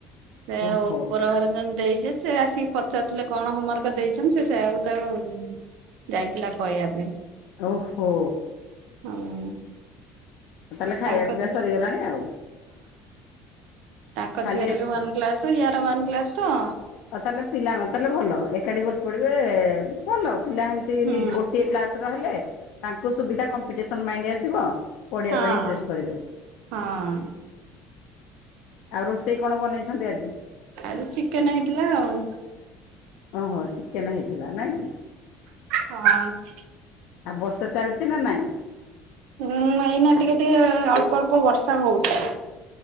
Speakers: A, on the right (about 80°); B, on the left (about 70°).
A: ସେ ଆଉ
B: ଓହୋ
A: ଉପର ଘର ଯେ ଦେଇ ଯେ ସେ ଆସିକି ପଚାରୁଥିଲେ କଣ ହୋମୱାର୍କ ଦେଇଛନ୍ତି ସେ ସେ ଆକୁ ତାକୁ ଯାଇଥିଲା କହିବା ପାଇଁ।
B: ଓହୋ
A: ହଁ
B: ଉ ତାହେଲେ ଖାଇବା
A: ତାଙ୍କ
B: ପିଇବା ସରିଗଲାଣି ଆଉ।
A: ତାଙ୍କ
B: ଖାଲି
A: ଝିଅ ର ବି ୱାନ୍ କ୍ଲାସ ୟାର ୱାନ କ୍ଲାସ ତ
B: ଆଉ ତାହେଲେ ପିଲାଙ୍କ ତାହେଲେ ଭଲ ଏକାଠି ବସି ପଡିବେ ଭଲ ପିଲା ଏମତି। ଏମିତି
A: ହୁଁ
B: ଗୋଟିଏ କ୍ଲାସ ର ହେଲେ ତାଙ୍କୁ ସୁବିଧା କମ୍ପିଟିସନ ମାଇଣ୍ଡ ଆସିବ। ପଢ଼ିବା
A: ହଁ
B: ପାଇଁ ଇଣ୍ଟରେଷ୍ଟ କରିବେ।
A: ହଁ
B: ଆଉ ରୋଷେଇ କଣ ବନେଇଛନ୍ତି ଆଜି?
A: ଆଉ ଚିକେନ୍ ହେଇଥିଲା ଆଉ,
B: ଓହୋ ଚିକେନ୍ ହେଇଥିଲା ନାଇଁ କି
A: ହଁ
B: ଆଉ ବର୍ଷ ଚାଲିଛି, ସିନା ନାଇଁ?
A: ହୁଁ ଏଇନା ଟିକେ-ଟିକେ ଏ ଅଳ୍ପ-ଅଳ୍ପ ବର୍ଷା ହଉଛି,